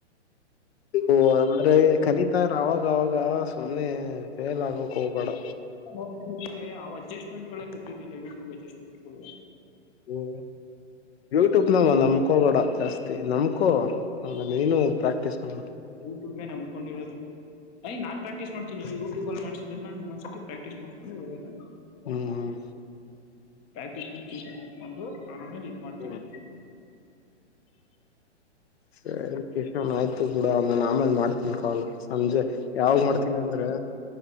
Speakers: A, on the left (about 60°); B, on the left (about 15°).
A: ಓ ಅಂದ್ರೆ ಕಲಿತ ಆಾಗವಾಗ ಸುಮ್ನೆ ಫೇಲ್ ಆಗಕ್ ಹೋಗ್ಬೇಡ
B: ನ ಹೋಗಿದ್ದವಿ ಅಡ್ಜಸ್ಟ್ಮೆಂಟ್ ಕೊಟ್ಟಿದ್ದಿಲ್ಲ ಯೂಟ್ಯೂಬ್ ಅಡ್ಜಸ್ಟ್ಮೆಂಟ್ ಗಳು
A: ಹಓ ಯೂಟ್ಯೂಬ್ನಾವ ನಮ್ಕೋಬೋಡ ಜಾಸ್ತಿ ನಮಕೋ ಅಂದ್ರ ನೀನು ಪ್ರಾಕ್ಟೀಸ್ ಮಾಡು
B: ಯೂಟ್ಯೂಬ್ ನನ್ಕೊಂಡಿಯ ನಾ ಪ್ರಾಕ್ಟೀಸ್ ಮಾಡ್ನಿ ಯೂಟ್ಯೂಬ್ ಅ ಮಾಡಸಿದ್ರ ಪ್ರಕ್ಸ್ ಮಾಡ್ ಅ
A: ಹ್ಮ್ ಹ್ಮ್
B: ಪ್ರಾಕ್ಟೀಸ್ ಮಾಡಕೊಂಡು ನಾನಮೇಲೆ ಇ ಮಾಡ್ತೀನಿ
A: ಹ್ಮ್ ಸರಿ ಕಿಶನ್ ಆಯ್ತು ಬೂಡ ನಾನ ಆಮೇಲ್ ಮಾಡ್ತೀನಿ ಕಾವಲು ಸಂಜೆ ಯಾವ್ ಮಾಡ್ತೀನಿ ಅಂದ್ರೆ